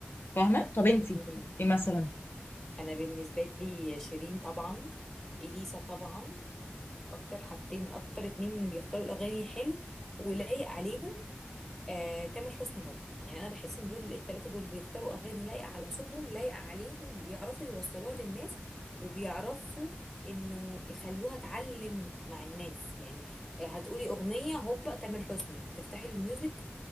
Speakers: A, on the left; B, in the centre.
A: فاهمه طب انتي
B: مم.
A: ايه مثلا
B: أنا بالنسبة لي شيرين طبعا إليسا طبعا أكتر حاجتين أكتر اتنين بيختاروا الأغاني حلو ولايق عليهم آه، تامر حسني برضو يعني انا بحس ان دول التلاتة دول بيختاروا اغاني لايقة على صوتهم لايقة عليهم بيعرفوا يوصلوها للناس وبيعرفوا انه يخلوها تعلم مع الناس يعني آه، هتقولي اغنية هوبا تامر حسني هتفتحي الميوزك